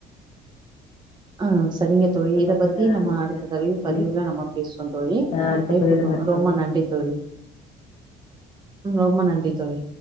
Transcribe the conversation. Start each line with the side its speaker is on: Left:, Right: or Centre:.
Right: ஆ செரிங்க தோழி
Left: அடுத்த
Right: இத
Left: பதிவுல
Right: பத்தி நம்ம அடுத்த
Left: பேசலா
Right: தடவியு
Left: தோழி
Right: பதிவுல நம்ம பேஸ்வோ தோழி
Left: ஆ அடுத்த
Right: வாய்ப்புக்கு
Left: பதிவுல பேசலா
Right: ரொம்ப நன்றி தோழி ரொம்ப நன்றி தோழி